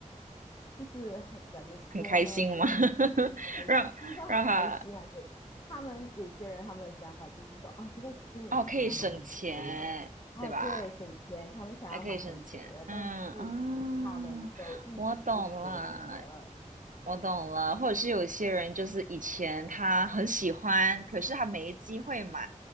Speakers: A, on the left (about 35°); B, on the right (about 80°).
A: 就是怎么说呢，
B: 很开心吗？
A: 就很
B: <laughs>
A: 开，
B: 让让他
A: 就是说很开心啊。就他们有些人他们的想法就是说啊，这个书我想要买很久了啊，
B: 哦，可以省钱，对吧？
A: 对，省钱，他们想要买很久了，
B: 还可以省钱，嗯啊，
A: 但是他们都一直不舍得，
B: 我懂了，我懂了。或者是有些人就是以前他很喜欢，可是他没机会买，